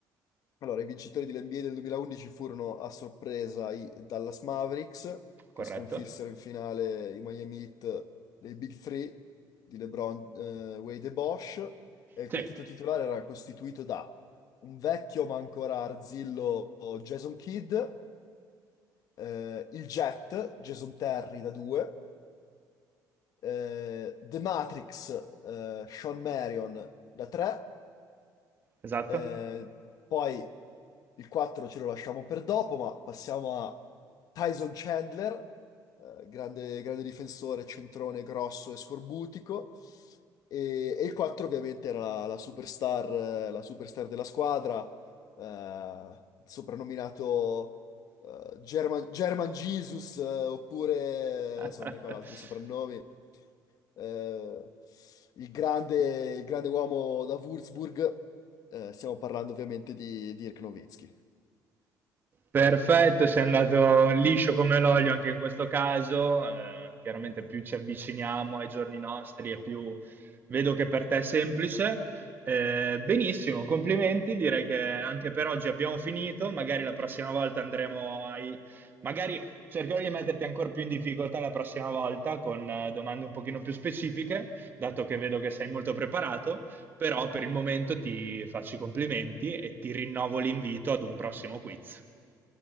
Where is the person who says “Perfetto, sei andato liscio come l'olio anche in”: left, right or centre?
Right